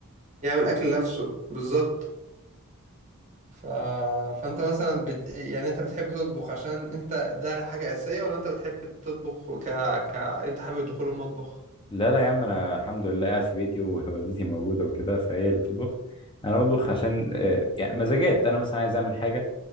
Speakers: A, on the right (about 30°); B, on the left (about 20°).
A: يعمل اكل لنفسه بالظبط ف... فانت مثلا بت... يعني انت بتحب تطبخ عشان انت ده حاجة أساسية ولا انت بتحب تطبخ ك... ك... انت حابب دخول المطبخ
B: لا لا يا عم انا الحمد لله قاعد في بيتي ووالدتي موجوده وكده فهي اللي بتطبخ انا بطبخ عشان آه، يعني مزاجات انا مثلا عايز اعمل حاجه